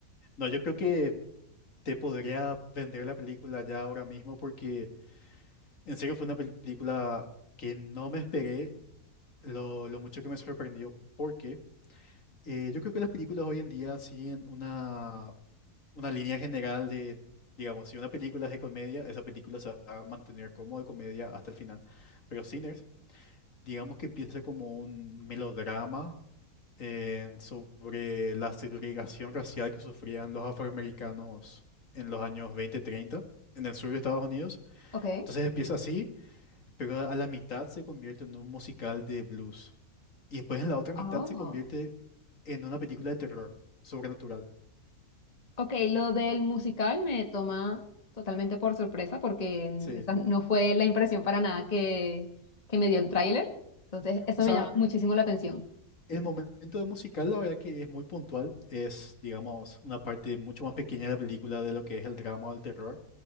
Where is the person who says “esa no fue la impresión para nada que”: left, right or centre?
Left